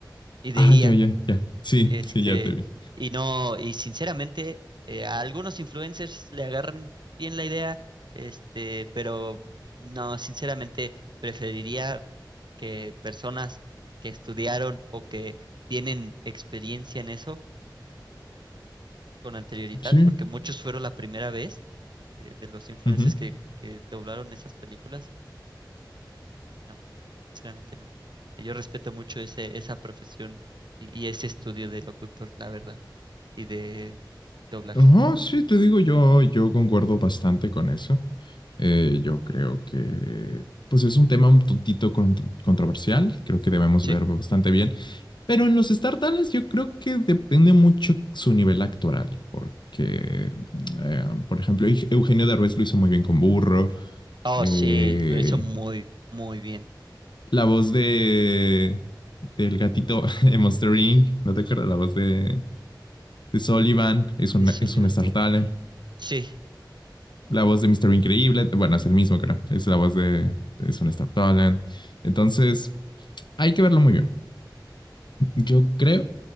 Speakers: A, on the right; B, on the left.
A: y de
B: Ah,
A: IA.
B: ya, ya, ya. Sí,
A: Este,
B: sí, ya te vi.
A: y no, y sinceramente, eh, a algunos influencers le agarran bien la idea, este, pero no, sinceramente, preferiría que personas que estudiaron o que tienen experiencia en eso con anterioridad,
B: Sí.
A: porque muchos fueron la primera vez eh, de los influencers
B: ujú.
A: que, que doblaron esas películas No, sinceramente no. Yo respeto mucho ese, esa profesión y, y ese estudio del locutor, la verdad, y de doblaje.
B: Ajá, sí, te digo, yo, yo concuerdo bastante con eso. Eh, yo creo que, pues es un tema un tontito con- controversial, creo que debemos
A: Sí.
B: ver bastante bien, pero en los StarTales yo creo que depende mucho su nivel actoral, porque, eh, por ejemplo, Eug- Eugenio Derbez lo hizo muy bien con Burro,
A: Oh,
B: eh,
A: sí, lo hizo muy, muy bien.
B: la voz de, del gatito <laughs> en Monster Inc., ¿no te acuerdas? La voz de, de Sullivan es un,
A: De Solión.
B: es un Star Talent.
A: Sí.
B: la voz de Mr. Increíble, bueno, es el mismo, creo. Es la voz de, es un Star Talent. Entonces, hay que verlo muy bien. Yo creo